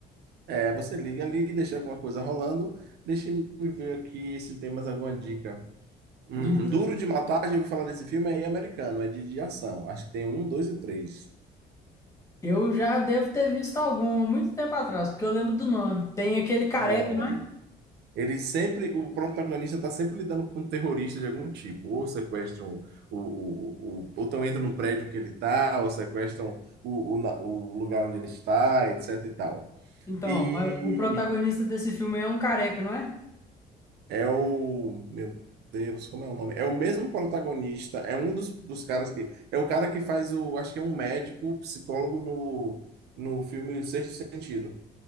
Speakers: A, on the right (about 75°); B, on the left (about 20°).
A: É, você liga ali, deixa alguma coisa rolando. Deixa eu ver aqui se tem mais alguma dica. Hum,
B: Isso.
A: Duro de Matar, já ouvi falar desse filme, é americano, é de, de ação. Acho que tem um, dois e três.
B: Eu já devo ter visto algum há muito tempo atrás, porque eu lembro do nome. Tem aquele careca,
A: É,
B: não é?
A: ele sempre, o protagonista está sempre lidando com um terrorista de algum tipo. Ou sequestram, o, o, o, ou então entra no prédio que ele está, ou sequestram o, o, na- o lugar onde ele está, etc e tal.
B: Então,
A: E
B: mas o protagonista desse filme aí é um careca, não é?
A: é o. Meu Deus, como é o nome? É o mesmo protagonista, é um dos, dos caras que. É o cara que faz o. Acho que é um médico, psicólogo no, no filme Sexto Sentido.